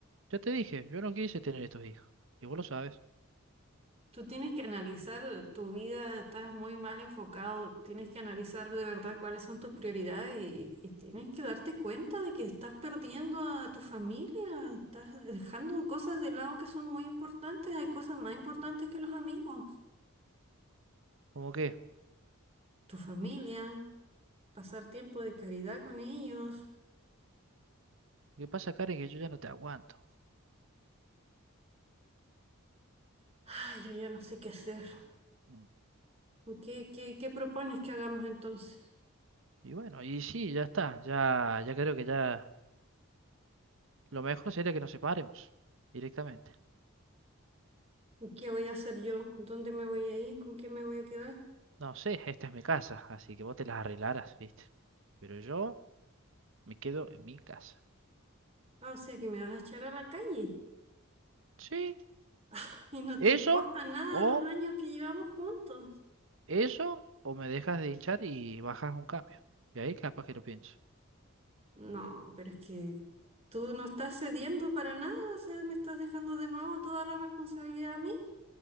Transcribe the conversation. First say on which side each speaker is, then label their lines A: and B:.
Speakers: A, on the right; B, on the right.
A: ya te dije, yo no quise tener estos hijos. Y vos lo sabes.
B: tú tienes que analizar tu vida, estás muy mal enfocado, tienes que analizar de verdad cuáles son tus prioridades y, y tienes que darte cuenta de que estás perdiendo a tu familia, estás dejando cosas de lado que son muy importantes, hay cosas más importantes que los amigos,
A: ¿Cómo qué?
B: tu familia, pasar tiempo de caridad con ellos.
A: ¿Qué pasa, Karen? Que yo ya no te aguanto.
B: Ay, yo ya no sé qué hacer.
A: Mm.
B: ¿Qué, qué, qué propones que hagamos entonces?
A: Y bueno, y sí, ya está. Ya, ya creo que ya lo mejor sería que nos separemos directamente.
B: ¿Qué voy a hacer yo? ¿Dónde me voy a ir? ¿Con qué me voy a quedar?
A: No sé, esta es mi casa, así que vos te las arreglarás, ¿viste? Pero yo me quedo en mi casa.
B: Ah, o sea que me vas a echar a la calle
A: Sí,
B: <laughs> y no te
A: eso
B: importa nada
A: o
B: los años que llevamos juntos.
A: ¿Eso o me dejas de hinchar y bajas un cambio? Y ahí capaz que lo pienso.
B: No, pero es que tú no estás cediendo para nada, o sea, me estás dejando de nuevo toda la responsabilidad a mí.